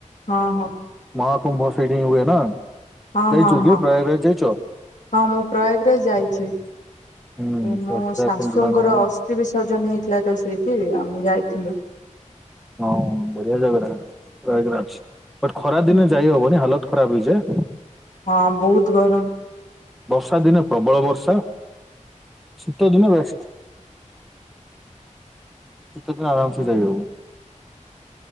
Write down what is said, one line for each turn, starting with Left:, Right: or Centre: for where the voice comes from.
Left: ହଁ ହଁ।
Centre: ମହାକୁୁମ୍ଭ ସେଠି ହିଁ ହୁଏ ନା।
Left: ହଁ
Centre: ଯାଇଛୁ
Left: ହଁ
Centre: କି
Left: ହଁ
Centre: ପ୍ରୟାଗରାଜ ଯାଇଛ?
Left: ହଁ ମୁଁ ପ୍ରୟାଗରାଜ ଯାଇଚି।
Centre: ହୁଁ
Left: ସେ ମୋ
Centre: ପୁରା
Left: ଶାଶୁଙ୍କର
Centre: ପିଣ୍ଡ ଦାନ ହୁଏ
Left: ଅସ୍ଥି ବିସର୍ଜନ ହେଇଥିଲା ତ ସେଇଠି ଆମେ ଯାଇଥିଲୁ।
Centre: ହଁ ବଢିଆ ଜାଗା ଟା ସେଟା ପ୍ରୟାଗ୍ ରାଜ୍ ବଟ ଖରା ଦିନେ
Left: ହୁଁ,
Centre: ଯାଇ ହବନି ହାଲତ ଖରାପ ହେଇଯାଏ।
Left: ହଁ ବହୁତ ଗରମ
Centre: ବର୍ଷା ଦିନେ ପ୍ରବଳ ବର୍ଷା ଶୀତ ଦିନେ ବେଷ୍ଟ ଶୀତ ଦିନେ ଆରାମସେ ଯାଇହବ।